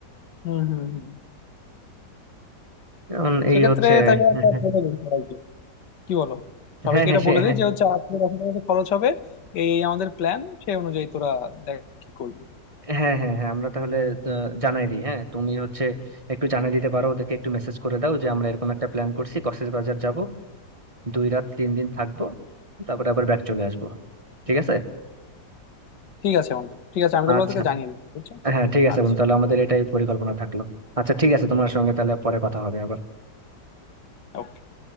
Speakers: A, on the left; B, on the right.
A: হুম হুম হুম
B: এখন এই
A: সেক্ষেত্রে
B: হচ্ছে
A: তাহলে
B: <laughs>
A: আমরা বলে দিই সবাইকে কি বলো সবাইকে
B: হ্যাঁ হ্যাঁ
A: এটা
B: সে
A: বলে
B: হ্যাঁ
A: দিই যে হচ্ছে আট থেকে দশ হাজার মতো খরচ হবে এই এই আমাদের প্ল্যান সেই অনুযায়ী তোরা দেখ কি করবি
B: হ্যাঁ হ্যাঁ হ্যাঁ আমরা তাহলে আহ, জানাই দিই হ্যাঁ তুমি হচ্ছে একটু জানাই দিতে পারো ওদেরকে একটু মেসেজ করে দাও যে আমরা এরকম একটা প্ল্যান করছি কক্সবাজার যাব দুই রাত তিন দিন থাকবো তারপরে আবার ব্যাক চলে আসবো ঠিক আছে
A: ঠিক আছে বন্ধু ঠিক আছে আমি তাহলে
B: আচ্ছা
A: তোকে জানিয়ে দিচ্ছি বুঝছো
B: হ্যাঁ ঠিক আছে
A: আচ্ছা
B: বন্ধু তাহলে আমাদের এটাই পরিকল্পনা থাকলো আচ্ছা ঠিক আছে তোমার সঙ্গে তাহলে পরে কথা হবে আবার
A: okay.